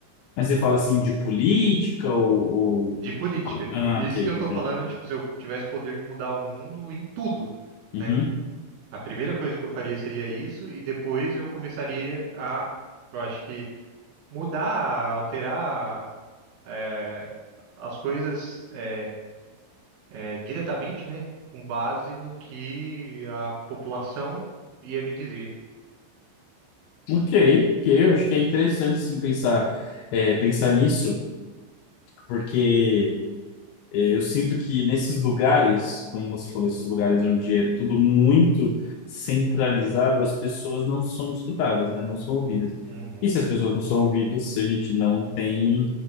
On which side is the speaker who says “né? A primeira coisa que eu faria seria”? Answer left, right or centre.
Right